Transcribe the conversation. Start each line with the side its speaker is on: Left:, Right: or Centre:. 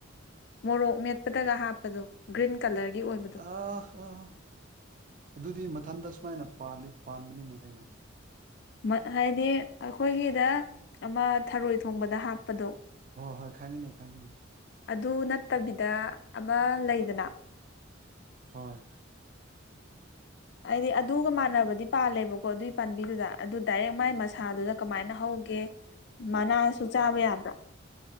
Left: ꯃꯣꯔꯣꯛ ꯃꯦꯠꯄꯗꯒ ꯍꯥꯞꯄꯗꯣ ꯒ꯭ꯔꯤꯟ ꯀꯂꯔꯒꯤ ꯑꯣꯏꯕꯗꯣ
Right: <unintelligible> ꯑꯗꯨꯗꯤ ꯃꯊꯟꯗ ꯁꯨꯃꯥꯏꯅ ꯄꯥꯜꯂꯤ ꯄꯥꯟꯕꯅꯤꯅꯦ ꯀꯩꯅꯣ
Left: ꯃꯠ ꯍꯥꯏꯗꯤ ꯑꯩꯈꯣꯏꯒꯤꯗ ꯑꯃ ꯊꯔꯣꯏ ꯊꯣꯡꯕꯗ ꯍꯥꯞꯄꯗꯣ
Right: ꯍꯣꯏ ꯍꯣꯏ ꯈꯪꯉꯤꯅꯦ ꯈꯪꯉꯤꯅꯦ
Left: ꯑꯗꯨ ꯅꯠꯇꯕꯤꯗ ꯑꯃ ꯂꯩꯗꯅ
Right: ꯍꯣꯏ
Left: ꯑꯩꯗꯤ ꯑꯗꯨꯒ ꯃꯥꯟꯅꯕꯗꯤ ꯄꯥꯜꯂꯦꯕꯀꯣ ꯑꯗꯨꯏ ꯄꯥꯝꯕꯤꯗꯨꯗ ꯑꯗꯨ ꯗꯥꯏꯔꯦꯛ ꯃꯥꯏ ꯃꯁꯥꯗꯨꯗ ꯀꯃꯥꯏꯅ ꯍꯧꯒꯦ ꯃꯅꯥꯁꯨ ꯆꯥꯕ ꯌꯥꯕ꯭ꯔꯥ